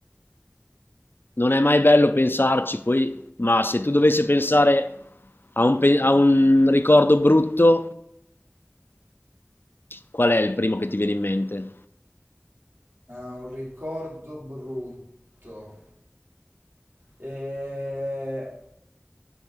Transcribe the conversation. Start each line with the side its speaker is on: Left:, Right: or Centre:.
Left: non è mai bello pensarci, poi, ma se tu dovessi pensare a un, pe- a un ricordo brutto, qual è il primo che ti viene in mente?
Right: Ah, un ricordo brutto. Eh,